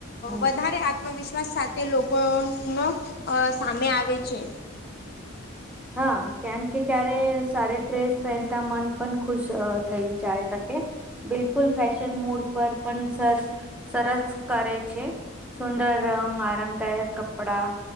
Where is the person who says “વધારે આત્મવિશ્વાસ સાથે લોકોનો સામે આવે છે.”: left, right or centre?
Left